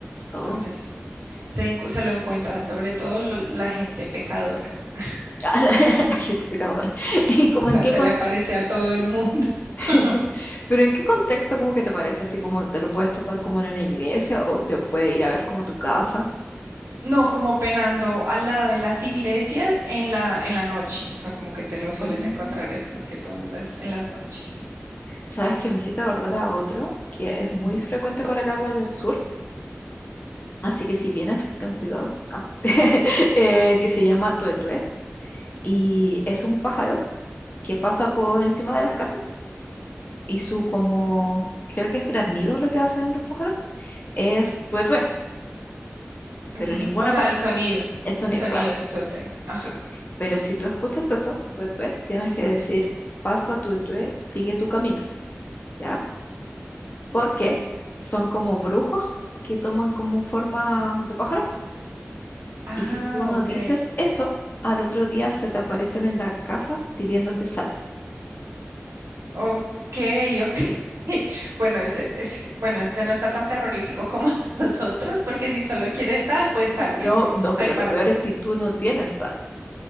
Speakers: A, on the left; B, on the right.
A: Oh.
B: Entonces se, encu- se lo encuentran sobre todo lo- la gente pecadora. <laughs>
A: <laughs> La gentificadora. ¿Y como
B: O sea,
A: en qué
B: se
A: con-
B: le aparece a todo el mundo.
A: <laughs>
B: <laughs>
A: pero en qué contexto como que te parece así como te lo puedes topar como en una iglesia o te puede ir a ver como a tu casa?
B: No, como penando al lado de las iglesias en la, en la noche. O sea, como que te lo sueles
A: Mm.
B: encontrar, es más que todo en las, en las noches.
A: ¿Sabes que me hiciste acordar a otro que es muy frecuente para acá para el sur? Así que si vienes, ten cuidado. Ah. <laughs> Eh, que se llama tuetue y es un pájaro que pasa por encima de las casas y su como, creo que es granido lo que hacen los pájaros, es tué tué,
B: Ujú.
A: pero ninguna
B: O sea,
A: paja,
B: el sonido.
A: el sonido,
B: El sonido
A: claro,
B: es tuete. Ajá.
A: sí. Pero si tú escuchas eso, tué tué, tienes que decir, pasa tué tué, sigue tu camino, ¿ya? Porque son como brujos que toman como forma de pájaro
B: Ah,
A: y si tú no
B: ok.
A: dices eso, al otro día se te aparecen en la casa pidiéndote sal.
B: Ok, ok. <laughs> Bueno, ese, ese- bueno, ese no está tan terrorífico como <laughs> los otros, porque si solo quieres sal, pues sal.
A: No, no, pero
B: Ay, para.
A: lo peor es si tú no tienes sal.